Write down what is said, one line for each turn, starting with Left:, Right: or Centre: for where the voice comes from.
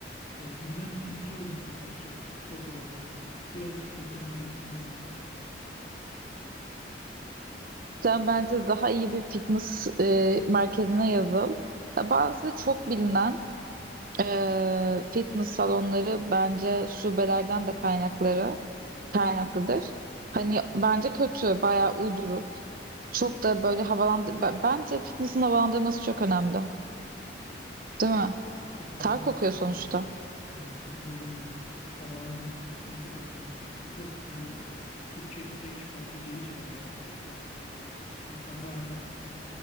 Left: e, yürüyen Tinder'a dönüşmeye başlıyor spor salonları. Bir an önce spor salonumu değiştirmem gerekiyor.
Right: Sen bence daha iyi bir fitness e, merkezine yazıl. Ya bazı çok bilinen Eee, fitness salonları bence şubelerden de kaynakları kaynaklıdır. Hani bence kötü, bayağı uyduruk. Çok da böyle havalandır... B- Bence fitness'ın havalandırması çok önemli. Değil mi?
Left: Katılıyorum
Right: Ter kokuyor
Left: buna.
Right: sonuçta.
Left: Evet katılıyorum buna. Havalandırması konusunda çok önemli. Bir de hani Türkiye'de pek fazla gelişmedi ya bu sektör. İnsanlar hani